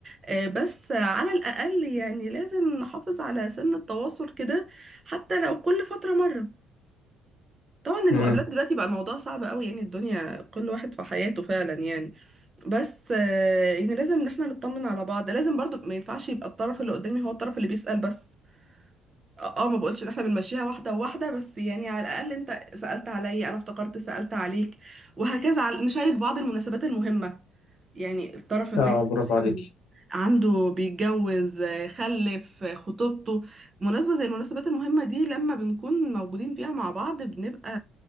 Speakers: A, on the right (about 20°); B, on the left (about 65°).
A: آه، بس على الاقل يعني لازم نحافظ على سن التواصل كده حتى لو كل فتره مره طبعا المقابلات
B: امم
A: دلوقتي بقى الموضوع صعب قوي يعني الدنيا كل واحد في حياته فعلا يعني بس آه، يعني لازم ان احنا نطمن على بعض لازم برضو ما ينفعش يبقى الطرف اللي قدامي هو الطرف اللي بيسأل بس اه آه، ما بقولش ان احنا بنمشيها واحده واحده بس يعني على الاقل انت سألت عليا انا افتكرت سألت عليك وهكذا على- نشارك بعض المناسبات المهمه يعني الطرف التاني
B: اه برافو
A: مثلا
B: عليك
A: عنده بيتجوز آه، خلف آه، خطوبته مناسبة زي المناسبات المهمة دي لما بنكون موجودين فيها مع بعض بنبقى